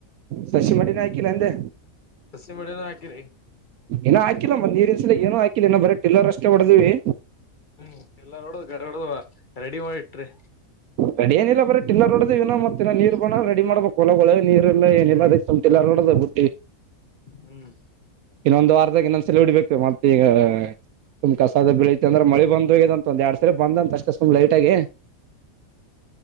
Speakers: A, on the right; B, on the left.
A: ಸಸಿ ಮಡಿನ ಹಾಕಿ ನಂದೆ.
B: ಸಸಿ ಮಡಿನ ಹಾಕಿರಿ.
A: ಇನ್ನು ಹಾಕಿಲ್ಲ ಮತ್ ನೀರಿನ್ ಸಲ ಏನೋ ಹಾಕಿಲ್ಲ ಇನ ಬರೀ ಪಿಲ್ಲರ್ ಅಷ್ಟೇ ಹೊಡ ದಿವಿ.
B: ಹ್ಮ್ ಎಲ್ಲಾ ನೋಡ ಗಾಢ ರೆಡಿ ಮಾಡಿ ಇಟ್ರಿ.
A: ರೆಡಿ ಏನಿಲ್ಲ ಬ್ರ ಟಿಲ್ಲರ್ ರಡೋವನ ಮತ್ತ ನೀರ್ ಬಣ ರೆಡಿ ಮಾಡ್ಬೇಕಕ್ ಹೊಲ ನೀರ್ ಇಲ್ಲ ಏನಿಲ್ಲ <unintelligible> ಬಿಟ್ಟಿ.
B: ಹ್ಮ್
A: ಇನ್ನೊಂದು ವಾರದ ಇನ್ನೊಂದು. ಸಾಲು ಹೊಡಿಬೇಕು ಮತ್ತ ಈಗ ಸುಮ್ ಕಸಾದ ಬೆಳತೆ ಅಂದ್ರೆ ಮಳಿ ಬಂದಂತ ಒಂದ್ ಎರಡ್ ಸರಿ ಬಂದಂತ ಅಷ್ಟೇ ಸುಮ್ ಲೈಟ್ ಆಗಿ.
B: ಹ್ಮ.